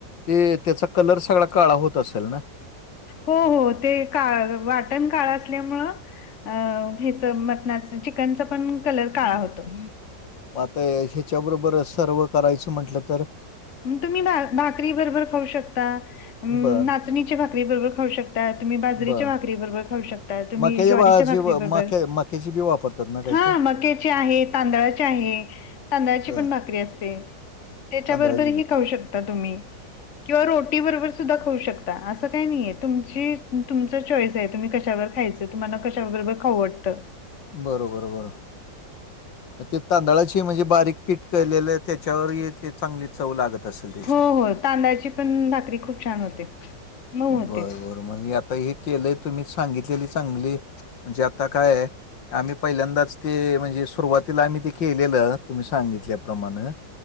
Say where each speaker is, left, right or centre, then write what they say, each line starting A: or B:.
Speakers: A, on the left; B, on the left.
A: ते त्याचा कलर सगळा काळा होत असेल ना.
B: हो हो ते काळ वाटण काळ असल्यामुळं, अ हेच मटनाच चिकनचा पण कलर काळा होतो.
A: मग आता ह्याच्याबरोबर सर्व करायचं म्हंटलं तर,
B: म तुम्ही भा भाकरी बरोबर खाऊ शकता.
A: बरं
B: नाचणीचे भाकरी बरोबर खाऊ शक ता. तुम्ही बाजरीच्या
A: बरं
B: भाकरी बरोबर खाऊ शकता. तुम्ही
A: मक्याच्या
B: ज्वारीच्या
A: बाळाची
B: भाकरी बरोबर
A: मक्या मक्याची बी वापरतात ना काहीतर?
B: हा मक्याची आहे, तांदळाची आहे, तांदळाची
A: हं
B: पण भाकरी असते. त्याच्याबरोबर
A: तांदळाची बी
B: ही खाऊ शकता तुम्ही, किंवा रोटी बरोबर सुद्धा खाऊ शकता. असं काही नाही तुमची तुमचा चॉईस आहे तुम्ही कशावर खायच. तुम्हाला कशा बरोबर खाऊ वाटत.
A: बरोबर बरं. ते तांदळाची म्हणजे बारीक पीठ केलेलं आहे. त्याच्यावर येते चांगली चव लागत असेल. त्याची.
B: हो हो तांदळाची पण भाकरी खूप छान होते. मऊ होते.
A: बरं बर म्हणजे आता हे केलंय तुम्ही सांगितलेली चांगली म्हणजे आता काय आहे. आम्ही पहिल्यांदाच ते म्हणजे सुरुवातीला आम्ही ते केलेलं तुम्ही सांगितल्याप्रमाणे,